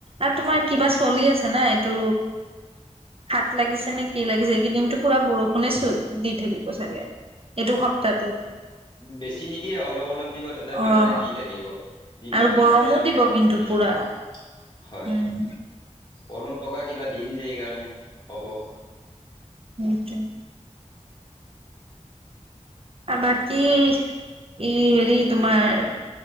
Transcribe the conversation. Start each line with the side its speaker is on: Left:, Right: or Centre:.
Right: আৰু তোমাৰ কিবা চলি আছে ন এইটো হাট লাগিছে নে কি? কি লাগিছে কি এই কেইদিনটো পুৰা বৰষুণে দি থাকিব চাগে।, এইটো সপ্তাহটো।
Left: বেচি নিদিয়ে অলপ অলপ দি থাকিব, তথাপিও
Right: অ',
Left: মানে দি থাকিব। দিনত
Right: আৰু গৰমো
Left: মানে
Right: দিব
Left: অ'
Right: কিন্তু
Left: উম
Right: পুৰা।
Left: হয়।
Right: উম,
Left: কণ প্ৰকা কিবা দিন যাই সেই কাৰণে হ'ব।
Right: উম‌ সেইটো। আৰু বাকী ই হেৰি তোমাৰ